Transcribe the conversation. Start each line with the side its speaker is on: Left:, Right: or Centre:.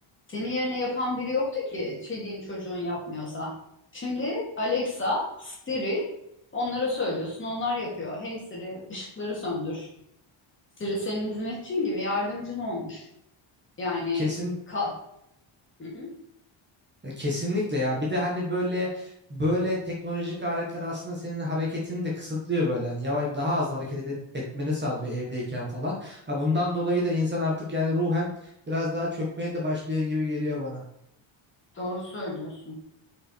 Left: Senin yerine yapan biri yoktu ki çeliğin çocuğun yapmıyorsa. Şimdi Alexa, Siri onlara söylüyorsun. Onlar yapıyor. Hey Siri ışıkları söndür. Siri senin hizmetçin gibi yardımcın olmuş. Yani
Right: Kesin
Left: ka Hı hı.
Right: Ya Kesinlikle ya. Bir de hani böyle böyle teknolojik aletler aslında senin hareketini de kısıtlıyor böyle. Hani yavaş daha az hareket edip etmeni sağlıyor evdeyken falan. Ha bundan dolayı da insan artık yani ruhen biraz daha çökmeye de başlıyor gibi geliyor bana.
Left: Doğru söylüyorsun.